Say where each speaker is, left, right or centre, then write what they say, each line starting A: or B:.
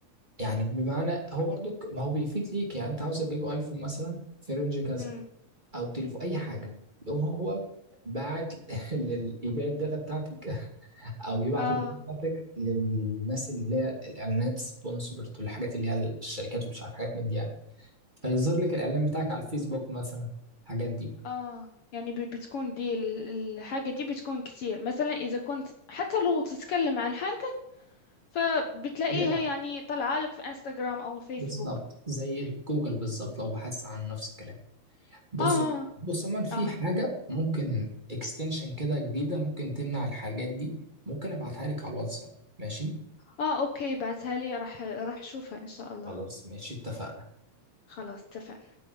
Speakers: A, on the right (about 15°); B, on the left (about 60°).
A: يعني بمعنى هو برضو ك- ما هو بيفيد ليك يعني انت عاوز تجيب ايفون مثلا في رينج كذا
B: امم
A: او تليفون اي حاجه يقوم هو باعت <laughs> لل... يبيع الداتا بتاعتك <laughs> او يبعت
B: اه
A: الداتا بتاعتك للناس اللي هي الاعلانات سبونسرد والحاجات اللي هي الشركات ومش عارف حاجات من دي يعني هيظهر لك الاعلان بتاعك على الفيسبوك مثلا الحاجات دي
B: اه يعني بي- بتكون دي ال- الحاجة دي بتكون كتير مثلا إذا كنت حتى لو تتكلم عن حاجة فبتلاقيها
A: بيعرف
B: يعني طالعة لك في انستغرام أو فيسبوك
A: بالظبط زي جوجل بالظبط لو بحثت عن نفس الكلام بص
B: اه
A: بص من في
B: اه
A: حاجة ممكن اكستنشن كده جديدة ممكن تمنع الحاجات دي ممكن ابعتها لك على الواتساب ماشي
B: اه اوكي بعتها لي راح راح اشوفها ان شاء الله
A: خلاص ماشي اتفقنا
B: خلاص اتفقنا